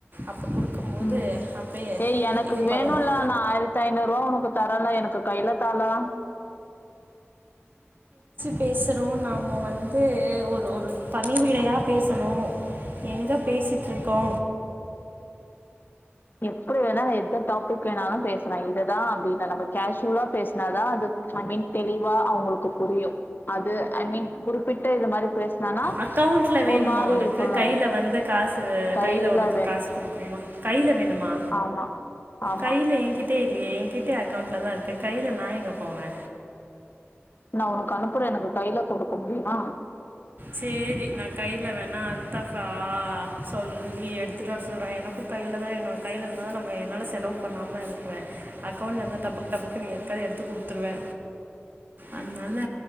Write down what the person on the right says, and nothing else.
அப் குடுக்கும் போது
அப்பயே
இது
பண்ணணும்
பேசுறோ நாம வந்து ஒரு ஒரு பணிவிடையா பேசணு எங்க பேசிட்ருக்கோ
அக்கவுண்ட்ல வேணுமா
ஒனக்கு
கைல வந்து காசு
கைல ஒனக்கு
காசு குடுக்கணுமா கை பே வேணுமா
கைல என்கிட்டே இல்லியே என்கிட்ட அக்கவுண்ட்ல தா இருக் கு கையில நா எங்க போவே
சேரி நா கையில வேணா அல்தாஃபா சொல்லி எடுத்துட் வர சொல்றே எனக்கு கையிலதா என்னோட கையிலருந்தா தா நம்ம என்னால செலவு பண்ணாம இருக்குவே அக்கோண்ட்ல இருந்தா தபுக் டபுக்குனு யார்க்காது எடுத்து குடுத் துர்வே அதனால